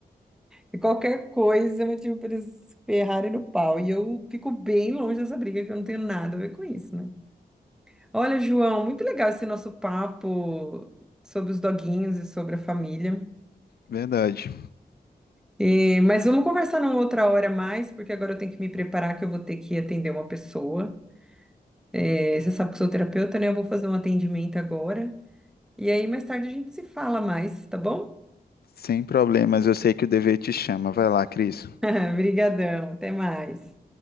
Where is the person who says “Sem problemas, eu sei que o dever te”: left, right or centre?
Left